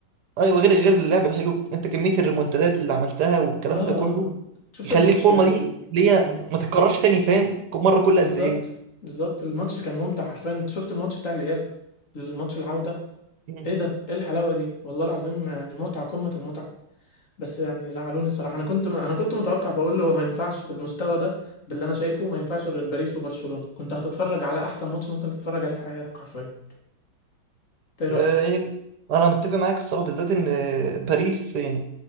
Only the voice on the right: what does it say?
ايوه غير غير اللعب الحلو انت كميه الريمونتادات اللي عملتها والكلام
ده كله
يخلي
الفورمه
دي
اللي هي
ما تتكررش تاني فاهم كل مره كل
قد ايه
مم.
أه يعني انا متفق معاك الصراحه بالذات ان آه، باريس يعني